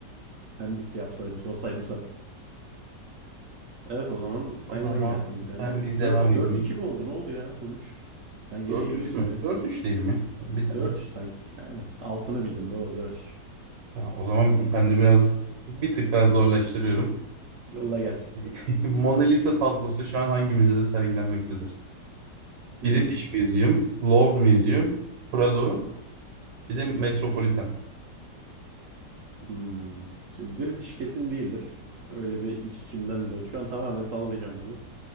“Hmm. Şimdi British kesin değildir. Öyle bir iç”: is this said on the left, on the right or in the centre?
Right